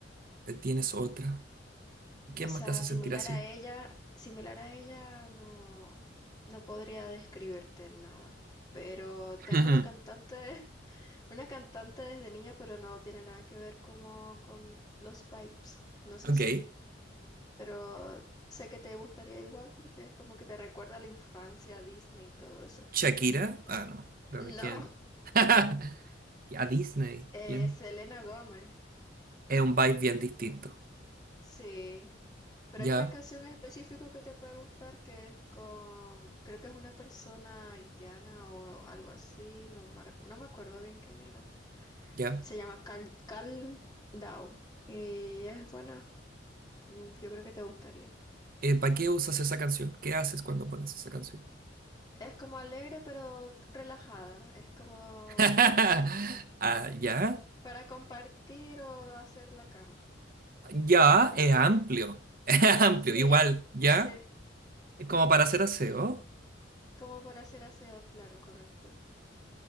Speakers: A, on the right; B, on the left.
A: eh, tienes otra. ¿Quién
B: O sea,
A: más te hace
B: similar
A: sentir así?
B: a ella, similar a ella no, no podría describirte nada. Pero tengo
A: <laughs>
B: una cantante, <laughs> una cantante desde niña, pero no tiene nada que ver como con los pipes. No sé
A: Ok.
B: si, pero sé que te gustaría igual porque es como que te recuerda a la infancia, Disney y todo eso.
A: Shakira. Ah, no. Dame
B: No,
A: quién. <laughs> A Disney.
B: eh,
A: ¿Quién?
B: Selena Gómez.
A: Es un vibe bien distinto.
B: Sí, pero
A: Ya,
B: hay una canción en específico que te puede gustar que es con, creo que es una persona haitiana o algo así, no me, recu- no me acuerdo bien quién era.
A: ya.
B: Se llama Cal, Cal down y es buena, mm, yo creo que te gustaría.
A: ¿para qué usas esa canción? ¿Qué haces cuando pones esa canción?
B: Es como alegre pero relajada, es como
A: <laughs> Ah, ya.
B: para compartir o hacer la cama.
A: Ya, es amplio. <laughs> Es amplio,
B: Sí,
A: igual. Ya.
B: sí,
A: Es como para hacer aseo.
B: como para hacer aseo, claro, correcto.